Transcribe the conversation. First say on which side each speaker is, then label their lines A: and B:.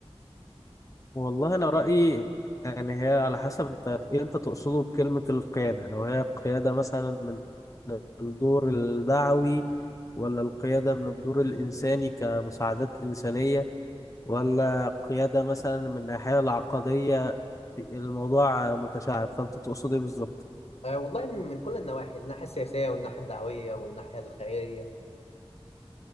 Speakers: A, on the left (about 30°); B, on the left (about 75°).
A: والله انا رايي يعني هي على حسب انت ايه انت تقصده بكلمه القياده لو هي قياده مثلا من الدور الدعوي ولا القياده من الدور الانساني كمساعدات انسانيه ولا قياده مثلا من الناحيه العقديه الموضوع متشعب فانت تقصد ايه بالظبط
B: آه، والله من من كل النواحي الناحيه السياسيه والناحيه الدعويه والناحيه الخيريه